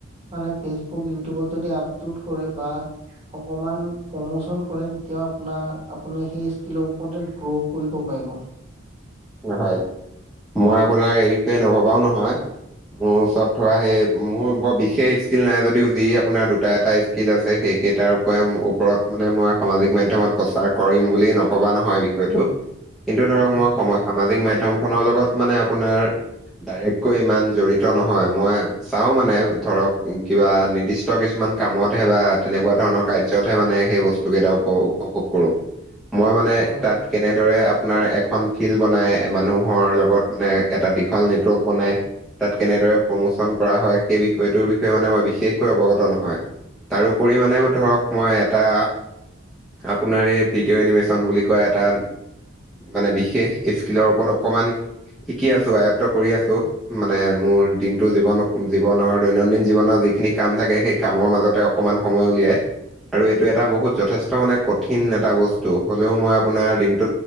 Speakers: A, on the right; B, in the centre.
A: মানে ফেচবুক ইউটিউবত যদি আপলোড কৰে বা অকমান প্ৰমোচন কৰে, তেতিয়াও আপোনাৰ আপুনি সেই স্কীলৰ ওপৰতে গ্ৰ কৰিব পাৰিব।
B: হয়, মই আপোনাৰ এই বিষয়ে নভবাও নহয় মোৰ ওচৰত থকা সেই মোৰ বৰ বিশেষ স্কিল নাই, যদিও যি আপোনাৰ দুটা এটা স্কিল আছে সেইকেইটাৰ ওপৰত মানে মই সামাজিক মাধ্যমত প্ৰচাৰ কৰিম বুলি নভবা নহয় বিষয়টো। কিন্তু ধৰক
A: হয়,
B: মই সময়, সামাজিক মাধ্যমখনৰ লগত মানে আপোনাৰ ডাইৰেক্টকৈ ইমান জৰিত নহয়, মই চাওঁ মানে ধৰক কিবা নিৰ্দিষ্ট কিছুমান মান কামত হে, বা তেনেকুৱা ধৰণৰ কাৰ্যতহে মানে সেই বস্তু কেইটা উপ উপভোগ কৰো। মই মানে
A: হয়,
B: তাত কেনেদৰে আপোনাৰ এখন ফিল্ড বনাই, মানুহৰ লগত মানে এটা দীঘল নেটৱৰ্ক বনাই তাত কেনেদৰে প্ৰমোচন কৰা হয়, সেই বিষয়টোৰ বিষয়ে মানে মই বিশেষকৈ অৱগত নহয়। তাৰোপৰি মানে ধৰক, মই এটা আপোনাৰ এই ভিডিঅ' এনিমেচন বুলি কয়, এটা মানে বিশেষ স্কিলৰ ওপৰত অকণমান শিকি আছোঁ, আয়ত্ত কৰি আছোঁ, মানে মোৰ দিনটো জীৱন জীৱনৰ দৈনন্দিন জীৱনৰ যিখিনি কাম থাকে, সেই কামৰ মাজতে অকমান সময় উলিয়াই আৰু এইটো এটা বহুত যথেষ্ট মানে কঠিন এটা বস্তু, হ'লেও মই আপোনাৰ দিনত